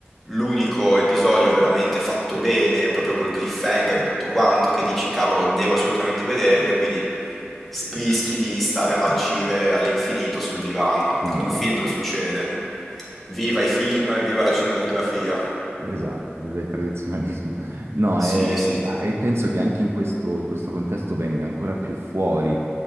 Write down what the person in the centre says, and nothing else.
l'unico episodio veramente fatto bene, proprio col cliffhanger, tutto quanto, che dici cavolo, devo assolutamente vederlo e quindi s- rischi di stare a marcire all'infinito sul divano.
Con
un film non succede. Viva i film, viva la cinematografia.
Sì,
sì.